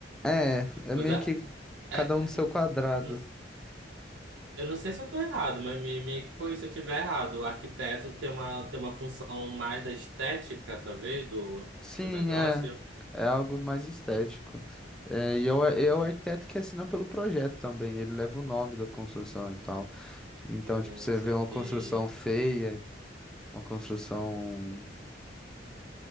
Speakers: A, in the centre; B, on the right.
A: É, é
B: Mas
A: meio
B: a,
A: que
B: é,
A: cada um do seu quadrado.
B: não- eu não sei se eu tô errado, mas me, me corrija se eu estiver errado. O arquiteto tem uma, tem uma função mais da estética, talvez, do,
A: Sim,
B: do negócio.
A: é. É algo mais estético. É, e é o, é o arquiteto que assina pelo projeto também. Ele leva o nome da construção e tal. Então,
B: Hum,
A: tipo, você
B: isso
A: vê
B: aqui.
A: uma construção feia, uma construção